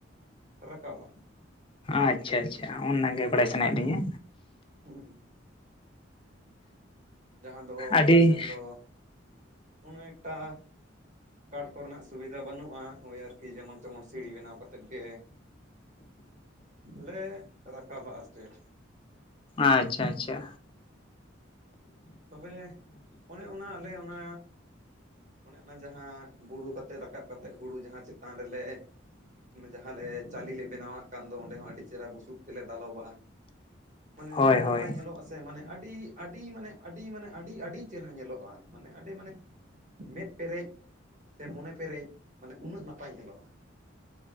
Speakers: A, on the right (about 40°); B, on the left (about 25°).
A: ᱨᱟᱠᱟᱵᱟ
B: ᱟᱪᱪᱷᱟ ᱟᱪᱪᱷᱟ ᱚᱱᱟᱜ ᱜᱮ ᱵᱟᱲᱟᱭ ᱥᱟᱱᱟᱭᱮᱫ ᱞᱤᱧᱟᱹ
A: ᱩ ᱡᱟᱦᱟᱸ ᱫᱚ
B: ᱟᱹᱰᱤ
A: ᱟᱞᱮ ᱥᱮᱱ ᱫᱚ ᱚᱱᱟᱚᱱᱮᱠᱴᱟ ᱠᱟᱴ ᱠᱚᱨᱮᱱᱟᱜ ᱥᱩᱵᱤᱫᱷᱟ ᱵᱟᱹᱱᱩᱜᱼᱟ ᱳᱭ ᱟᱨᱠᱤ ᱡᱮᱢᱚᱱ ᱛᱮᱢᱚᱱ ᱥᱤᱲᱤ ᱵᱮᱱᱟᱣ ᱠᱟᱛᱮᱫ ᱜᱮ ᱞᱮ ᱨᱟᱠᱟᱵᱟ ᱟᱨ ᱪᱮᱫ
B: ᱟᱪᱪᱷᱟ ᱟᱪᱪᱷᱟ
A: ᱛᱚᱵᱮ ᱚᱱᱮ ᱚᱱᱟ ᱟᱞᱮ ᱚᱱᱟ ᱚᱱᱮ ᱚᱱᱟ ᱡᱟᱦᱟᱸ ᱵᱩᱲᱩ ᱠᱟᱛᱮ ᱨᱟᱠᱟᱵ ᱠᱟᱛᱮ ᱦᱩᱲᱩ ᱡᱟᱦᱟᱸ ᱪᱮᱛᱟᱱ ᱨᱮᱞᱮ ᱡᱟᱦᱟᱸ ᱟᱞᱮ ᱪᱟᱣᱞᱤᱞᱮ ᱵᱮᱱᱟᱣᱟᱜ ᱠᱟᱱ ᱫᱚ ᱚᱸᱰᱮ ᱦᱚᱸ ᱟᱹᱰᱤ ᱪᱮᱦᱨᱟ ᱵᱩᱥᱩᱵ ᱛᱮᱞᱮ ᱫᱟᱞᱚᱵᱼᱟ ᱢᱟᱱᱮ ᱱᱩᱱᱟᱹᱜ
B: ᱦᱳᱭ
A: ᱱᱟᱯᱟᱭ
B: ᱦᱳᱭ
A: ᱧᱮᱞᱚᱜᱼᱟᱥᱮ ᱢᱟᱱᱮ ᱟᱹᱰᱤ ᱟᱹᱰᱤ ᱢᱟᱱᱮ ᱟᱹᱰᱤ ᱢᱟᱱᱮ ᱟᱹᱰᱤ ᱟᱹᱰᱤ ᱪᱮᱦᱨᱟ ᱧᱮᱞᱚᱜᱼᱟ ᱢᱟᱱᱮ ᱟᱹᱰᱤ ᱢᱟᱱᱮ ᱢᱮᱫ ᱯᱮᱨᱮᱡ ᱥᱮ ᱢᱚᱱᱮ ᱯᱮᱨᱮᱡ ᱢᱟᱱᱮ ᱩᱱᱟᱹᱜ ᱱᱟᱯᱟᱭ ᱧᱮᱞᱚᱜᱼᱟ